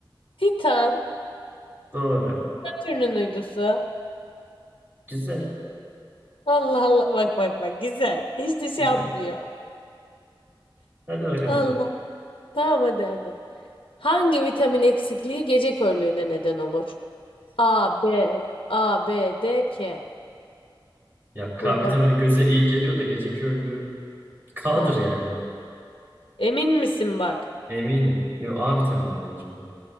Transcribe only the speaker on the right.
Doğru.
Güzel.
Güzel.
Hadi bakalım.
Ya K
vitamini
göze iyi geliyor da gece körlüğü K'dır
yani.
Eminim. Yo A vitamini mi acaba?